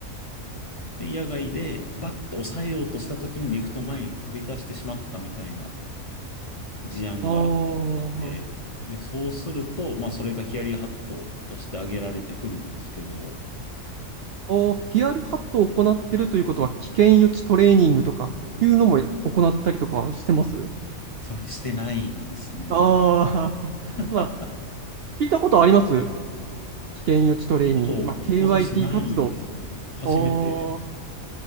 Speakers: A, on the left; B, on the right.
A: で、野外でバッて抑えようとした時にリフト前に飛び出してしまったみたいな事案があったりして、
B: ああ、あ
A: で、そうすると、まあそれがヒヤリハットとして挙げられてくるんですけど、
B: あ、ヒヤリハットを行ってるということは、危険予知トレーニングとかいうのも行ったりとかしてます
A: それしてないですね。
B: ああ、
A: あ
B: <laughs> まあ、聞いたことあります危険予知トレーニング。
A: と、
B: まあ、KYT
A: 私ないですね。
B: 活動。
A: 初めて。
B: ああ、